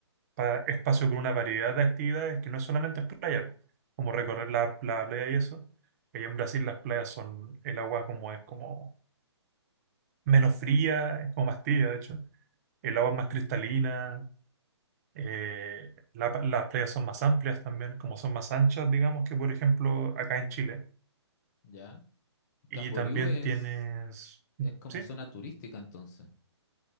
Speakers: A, on the right; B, on the left.
A: pa- espacio con una variedad de actividades que no es solamente es playa, como recorrer la, la playa y eso. Allá en Brasil las playas son, el agua como es como menos fría, es como más tibia de hecho, el agua es más cristalina, eh, la- las playas son más amplias también, como son más anchas, digamos, que por ejemplo acá en Chile.
B: ya.
A: Y
B: Camboriú
A: también
B: es,
A: tienes,
B: es como
A: sí,
B: zona turística entonces.